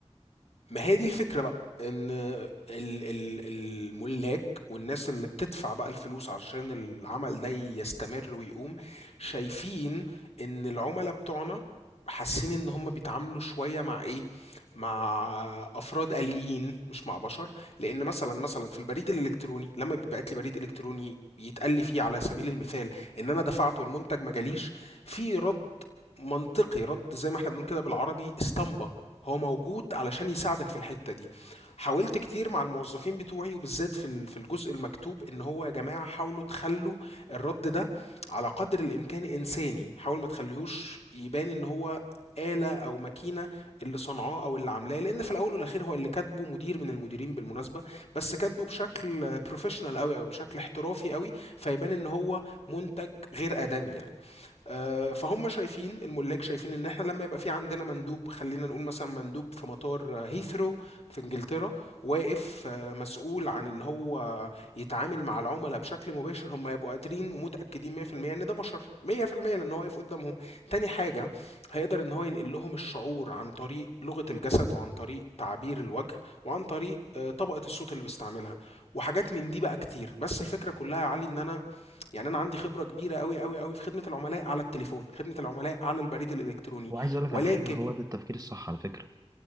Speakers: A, on the left; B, on the right.
A: ما هي دي الفكرة بقى ان ال- ال- الملاك والناس اللي بتدفع بقى الفلوس علشان العمل ده يستمر ويقوم شايفين ان العملاء بتوعنا حاسين ان هم بيتعاملوا شوية مع ايه مع افراد آليين مش مع بشر لان مثلا مثلا في البريد الالكتروني لما بيبعت لي بريد الكتروني يتقال لي فيه على سبيل المثال ان انا دفعت والمنتج ما جاليش في رد منطقي رد زي ما احنا بنقول كده بالعربي اسطمبة هو موجود علشان يساعدك في الحتة دي حاولت كتير مع الموظفين بتوعي وبالذات في ال- في الجزء المكتوب ان هو يا جماعة حاولوا تخلوا الرد ده على قدر الامكان انساني حاول ما تخليهوش يبان ان هو آلة أو ماكينة اللي صنعاه أو اللي عاملاه لأن في الأول والأخير هو اللي كاتبه مدير من المديرين بالمناسبة بس كاتبه بشكل بروفيشنال أوي أو بشكل احترافي أوي فيبان إن هو منتج غير آدمي يعني آه، فهم شايفين الملاك شايفين ان احنا لما يبقى في عندنا مندوب خلينا نقول مثلا مندوب في مطار آه، هيثرو في انجلترا واقف آه، مسؤول عن ان هو يتعامل مع العملاء بشكل مباشر هم يبقوا قادرين ومتاكدين 100% ان ده بشر 100% لان هو واقف قدامهم تاني حاجه هيقدر ان هو ينقل لهم الشعور عن طريق لغه الجسد وعن طريق تعبير الوجه وعن طريق آه، طبقه الصوت اللي بيستعملها وحاجات من دي بقى كتير بس الفكره كلها يا علي ان انا يعني انا عندي خبره كبيره قوي قوي قوي في خدمه العملاء على التليفون خدمه العملاء على البريد الالكتروني
B: وعايز اقول لك
A: ولكن
B: على حاجه هو ده التفكير الصح على فكره